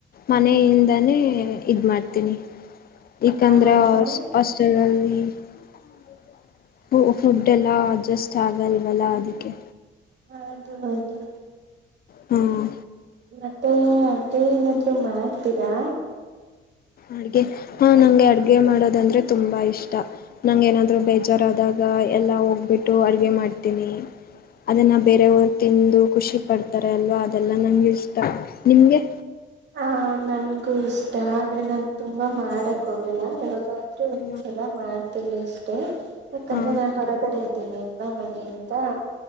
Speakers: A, on the left; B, on the right.
A: ಮನೆಯಿಂದನೇ ಇದ್ ಮಾಡ್ತೀನಿ. ಏಕಂದ್ರೆ
B: ಹೌದಾ
A: ಹಾಶ್ ಹಾಸ್ಟೆಲ್ ಅಲ್ಲಿ. <unintelligible> ಫು ಫುಡ್ ಎಲ್ಲ ಅಡ್ಜಸ್ಟ್ ಆಗಲ್ವಲ್ಲ ಅದಿಕ್ಕೆ.
B: ಹೌದು ಹೌದು.
A: ಹ್ಮ್
B: ಮತ್ತೆ ಅದೇ ಏನಾದ್ರು ಮಾಡ್ತೀರಾ.
A: ಅಡ್ಗೆ ಹಾ ನಂಗೆ ಅಡ್ಗೆ ಮಾಡೋದಂದ್ರೆ ತುಂಬಾ ಇಷ್ಟ ನಂಗ್ ಏನಾದ್ರು ಬೇಜಾರಾದಾಗ ಎಲ್ಲ ಹೋಗ್ಬಿಟ್ಟು ಅಡ್ಗೆ ಮಾಡ್ತೀನಿ ಅದನ್ನ ಬೇರವ್ರ್ ತಿಂದು ಖುಷಿ ಪಡ್ತಾರೆ ಅಲ್ವಾ ಅದೆಲ್ಲ ನಂಗೆ ಇಷ್ಟ ನಿಮ್ಗೆ.
B: ಹ ನನ್ಗೂ ಇಷ್ಟ ಆದ್ರೆ ನಾನ್ ತುಂಬಾ ಮಾಡಕ್ ಹೋಗಲ್ಲ ಯಾವಾಗದ್ ದ್ರು ಒಂದ್ಸಲ
A: ಹಾ
B: ಮಾಡ್ತೀನಿ ಅಷ್ಟೇ ಯಾಕಂದ್ರೆ
A: ಹಾ
B: ನಾ ಹೊರಗಡೆ ಇದ್ದೇನಿ ಅಲ್ವಾ ಮನೆಯಿಂದ